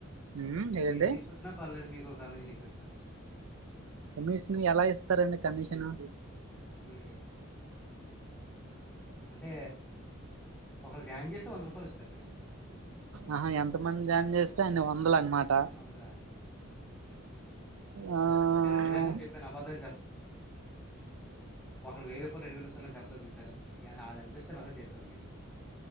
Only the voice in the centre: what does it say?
లేదు
మీరు తీసుకొచ్చిన పలేదు మీకు ఓ కమీషన్ ఇప్పిస్తా
ఈ అంటే ఒకరు జాయిన్ చేస్తే వంద రూపాయలు ఇస్తా రన్
అంటే వందలా
చూసారా నిజానే చెప్పాను అబద్ధాలు ఒకళ్రు వెయ్యి రూపాయల రెండు వేళ్ళు ఇస్తారు అని చెప్ప లేదు చూసారా యళ్ళు ఎంత ఇస్తారో అంతే చెప్పా మీకు